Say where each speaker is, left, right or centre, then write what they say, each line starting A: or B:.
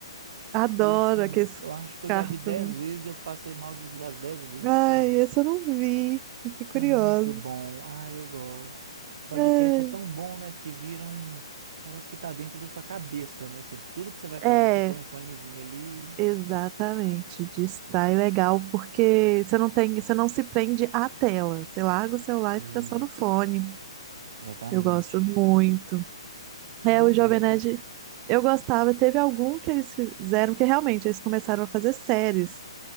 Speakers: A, on the right; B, on the right.
A: adoro
B: E assim,
A: aqueles
B: eu acho que eu
A: cartão.
B: já vi dez vezes e eu passei mal de rir as dez vezes,
A: Ai,
B: sabe?
A: esse eu não vi. Eu fiquei curiosa.
B: É muito bom. Ah, eu gosto. Podcast
A: Ai.
B: é tão bom, né? Porque vira um. Parece que tá dentro da sua cabeça, né? Você- Tudo que você vai fazer,
A: É,
B: você põe um fonezinho ali.
A: Exatamente, distrai legal, porque você não tem, você não se prende à tela. Você larga o celular
B: Isso,
A: e fica só no fone.
B: exatamente.
A: Eu gosto muito.
B: É
A: É,
B: bom
A: o Jovem
B: mesmo.
A: Nerd, eu gostava. Teve algum que eles fizeram, que realmente eles começaram a fazer séries.